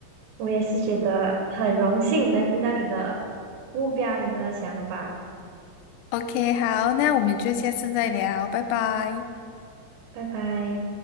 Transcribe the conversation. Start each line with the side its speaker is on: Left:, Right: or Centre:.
Right: 我也是觉得很荣幸能听到你的目标，你的想法。
Left: OK，好，那我们就下次再聊，拜拜。
Right: 拜拜。